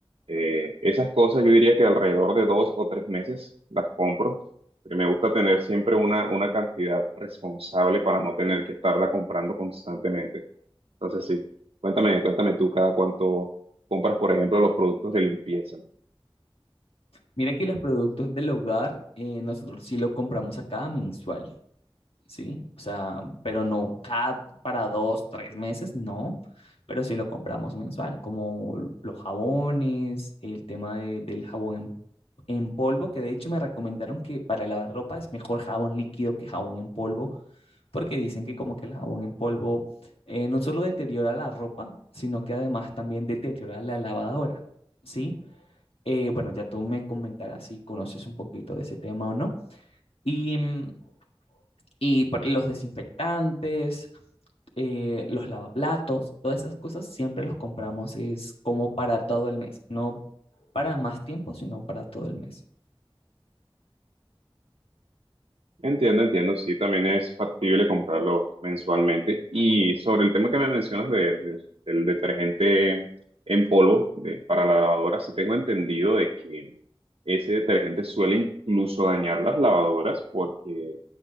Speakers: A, on the right; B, on the left.
A: eh, esas cosas yo diría que alrededor de dos o tres meses las compro, porque me gusta tener siempre una, una cantidad responsable para no tener que estarla comprando constantemente. Entonces, sí, cuéntame, cuéntame tú cada cuánto compras, por ejemplo, los productos de limpieza.
B: Mira que los productos del hogar eh, nosotros sí lo compramos acá mensual, ¿sí? O sea, pero no cada para dos, tres meses, no, pero sí lo compramos mensual, como los jabones, el tema de- del jabón en, en polvo, que de hecho me recomendaron que para lavar ropa es mejor jabón líquido que jabón en polvo, porque dicen que como que el jabón en polvo eh, no solo deteriora la ropa, sino que además también deteriora la lavadora, ¿sí? Eh, bueno, ya tú me comentarás si conoces un poquito de ese tema o no. Y, mm, y por- los desinfectantes, eh, los lavaplatos, todas esas cosas siempre los compramos, es como para todo el mes, no para más tiempo, sino para todo el mes.
A: Entiendo, entiendo, sí, también es factible comprarlo mensualmente. Y sobre el tema que me mencionas de- de- del detergente en polvo de- para la lavadora, sí tengo entendido de que ese detergente suele incluso dañar las lavadoras porque